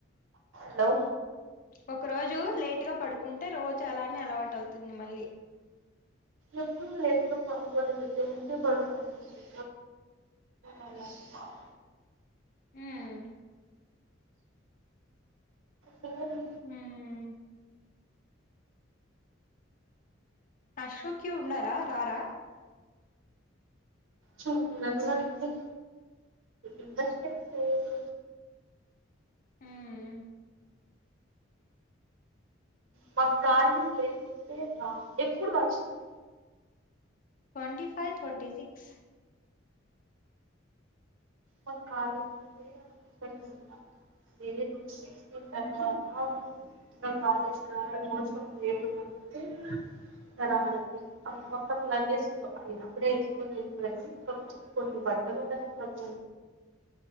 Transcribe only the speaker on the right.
హలో
ఎప్పుడు లేటుగా పడుకోలేదు, టెన్ కె పాడుకుంటది. అలా, ఓహో
సార్ ఈ,
చూడాలండి ఇంట్రెస్ట్ ఏం లేదు
మా కాలి లేకుంటే రాను ఎప్పుడు function,
నక్ కాలి ఉంటే అ తీసుకాచుకుంట వేరే బుక్స్ తెచ్చుకున్ తర్వత మా కాలేజీ రావడం అవసరం లేదు అంటే తరాలది మొత్తం లాజిగ్వేజ్ ఆ అపుడే ఏసుకొని వేలిపోయినాం బట్ కోన్ అక్కడే టైం పట్